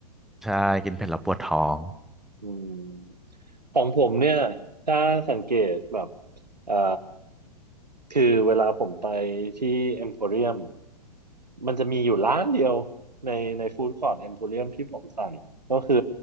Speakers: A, in the centre; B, on the right.
A: ใช่กินเผ็ดแล้วปวดท้อง
B: อืมของผมเนี่ยถ้าสังเกตแบบอ่าคือเวลาผมไปที่เอ็มโพเรียมมันจะมีอยู่ร้านเดียวในในฟู้ดคอร์ e เอ็มโพเรียมที่ผมสั่งก็คือ